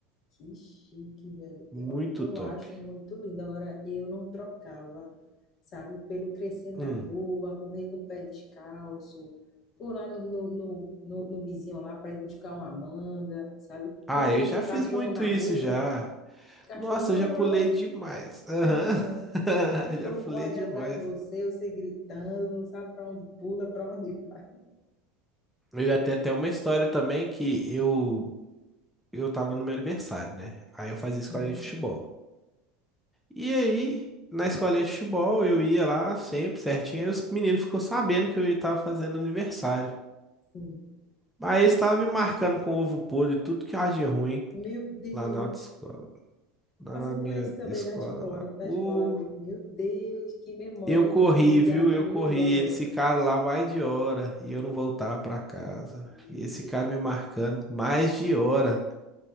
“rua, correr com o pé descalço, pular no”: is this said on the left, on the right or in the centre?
Left